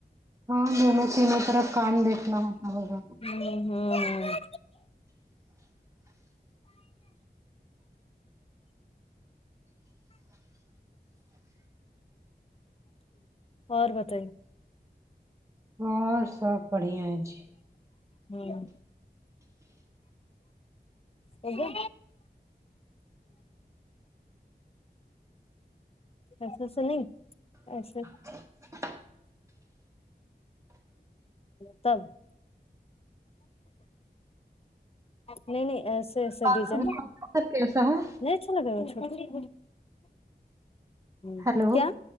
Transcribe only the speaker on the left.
ہوں ہوں اور بتائیے
ہوں ہو گیا ایسے سنے ایسے
تب نہیں نہیں کیسا
ڈیزائن
نہیں یہ اچھا لگ رہا ہے ھمم
کیا